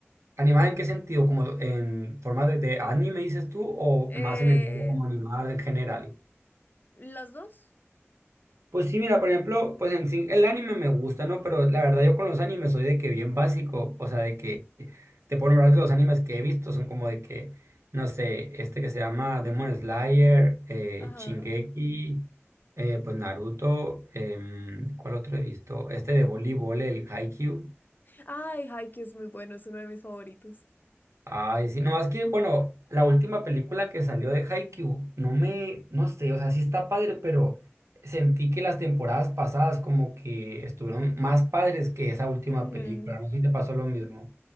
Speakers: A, on the right (about 80°); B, on the left (about 40°).
A: ¿animadas en qué sentido? ¿Como en forma de, de anime, dices tú, o
B: Eh,
A: más en el área como animadas en general?
B: ¿las dos?
A: Pues sí, mira, por ejemplo, pues en sí, el anime me gusta, ¿no? Pero la verdad yo con los animes soy de que bien básico, o sea, de que te puedo nombrar los animes que he visto, son como de que, no sé, este que se llama Demon Slayer, eh,
B: Ajá.
A: Shingeki, eh, pues Naruto, em, ¿cuál otro he visto? Este de voleibol, el Haikyuu.
B: Ay, Haikyuu es muy bueno, es uno de mis favoritos.
A: Ay, sí, no, es que, bueno, la última película que salió de Haikyuu, no me, no sé, o sea, sí está padre, pero sentí que las temporadas pasadas como que estuvieron más padres que esa última
B: Ujú.
A: película, no sé si te pasó lo mismo.